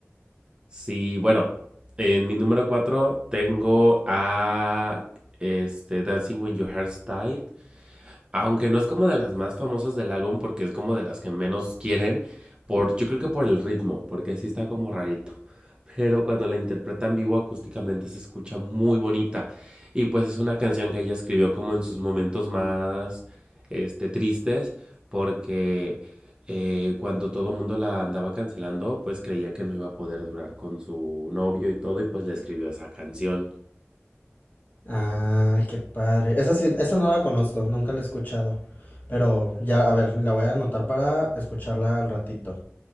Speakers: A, on the right (about 20°); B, on the left (about 40°).
A: Sí, bueno, en mi número 4 tengo a, este, Dancing with Your Heart Tied Aunque no es como de las más famosas del álbum porque es como de las que menos quieren, por, yo creo que por el ritmo, porque sí está como rarito. Pero cuando la interpreta en vivo acústicamente se escucha muy bonita. Y pues es una canción que ella escribió como en sus momentos más este, tristes, porque eh, cuando todo el mundo la andaba cancelando, pues creía que no iba a poder durar con su novio y todo, y pues le escribió esa canción.
B: Ay, qué padre. Esa sí, esa no la conozco, nunca la he escuchado. Pero ya, a ver, la voy a anotar para escucharla al ratito.